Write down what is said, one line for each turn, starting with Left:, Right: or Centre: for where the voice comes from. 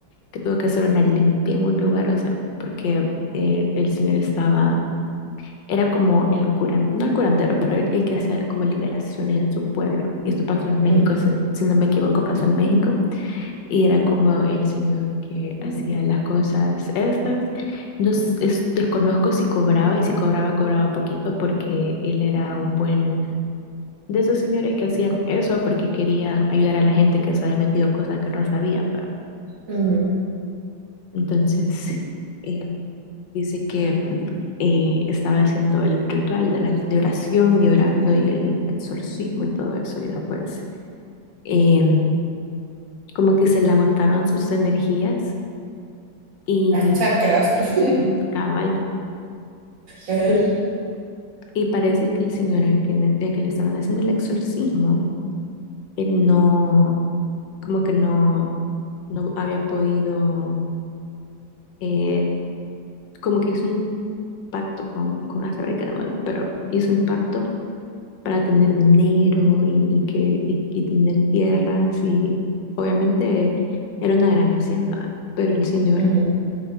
Left: que tuvo que hacer una limpia en un lugar, o sea, porque eh, el señor estaba, era como el curandero, no el curandero, pero el, el que hacía como liberaciones en su pueblo. Y esto pasó en México,
Right: Ujú,
Left: si si no me equivoco, pasó en México. Y era como el señor que hacía las cosas estas. No s- es- desconozco si cobraba y si cobraba, cobraba poquito porque él era un buen de esos señores que hacían eso porque querían ayudar a la gente que se había metido cosas que no sabían, ¿verdad?
Right: ujú.
Left: Entonces, eh, dice que eh, estaba haciendo el ritual de la de oración y orando y el exorcismo y todo eso. Y después, eh, como que se le agotaron sus energías y
Right: Las chakras. <laughs>
Left: ujú, cabal.
Right: Ajá,
Left: Y, y parece que el señor al que, ne- al que le estaban haciendo el exorcismo, él no, como que no, no había podido, eh, como que hizo un pacto con, con a saber qué demonio, pero hizo un pacto para tener dinero y, y que, y, y tener tierras y obviamente era una gran hacienda, ¿verdad? pero el señor
Right: ujú,